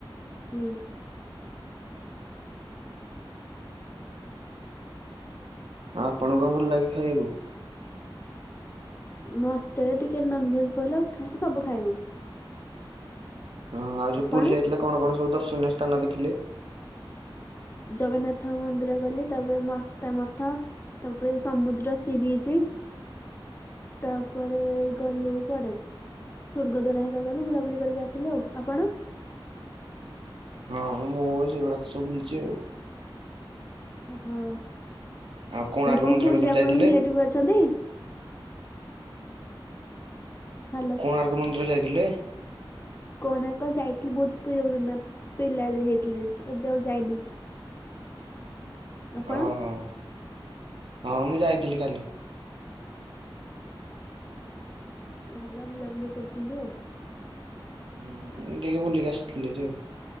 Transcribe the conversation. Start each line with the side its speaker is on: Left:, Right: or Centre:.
Left: ହୁଁ।
Right: ଆପଣଙ୍କ ଭଲ ଲାଗେ ଖାଇବାକୁ।
Left: ମୋତେ ଟିକେ ନନଭେଜ ଭଲ ସବୁ ଖାଏ ମୁଁ
Right: ଓହୋ ଆଉ ଯୋଉ
Left: ଆପଣ?
Right: ପୁରୀ ଯାଇଥିଲ କଣ କଣ ସବୁ ଦର୍ଶନୀୟ ସ୍ଥାନ ଦେଖିଲେ?
Left: ଜଗନ୍ନାଥ ମନ୍ଦିର ଗଲି, ତାପରେ ମତା ମଥ, ତାପରେ ସମୁଦ୍ର ସି ବିଚ୍।
Right: <inaudible>
Left: ତାପରେ ଗଲୁ କୁଆଡେ? ସ୍ଵର୍ଗ ଦ୍ୱାର ହେକା ଗଲୁ ବୁଲାବୁଲି କରିକି ଆସିଲୁ ଆଉ ଆପଣ।
Right: ହଁ ମୁଁ ସେଗୁଡା ତ ସବୁ ଭୁଲଚି ଆଉ।
Left: ହଁ
Right: ଆଉ କୋଣାର୍କ
Left: କଣ
Right: ମନ୍ଦିର
Left: ପୁରୀରେ
Right: କେତେବେଳେ
Left: ଆପଣ
Right: ଯାଇଥିଲେ?
Left: ରିଲେଟିବି ଅଛନ୍ତି। ହାଲୋ
Right: କୋଣାର୍କ ମନ୍ଦିର ଯାଇଥିଲେ?
Left: କୋଣାର୍କ ଯାଇଥିଲି ବହୁତ <unintelligible> ପିଲା ବେଳେ ଯାଇଥିଲି ଏବେ ଆଉ ଯାଇନି। ଆପଣ?
Right: ଅହ ହଁ ମୁଁ ଯାଇଥିଲି କାଲି।
Left: ଭଲ ବୁଲାବୁଲି କରୁଛନ୍ତି ଆଉ।
Right: ହୁଁ ଟିକେ ବୁଲିକି ଆସିଥିଲି ହେରି ଆଉ।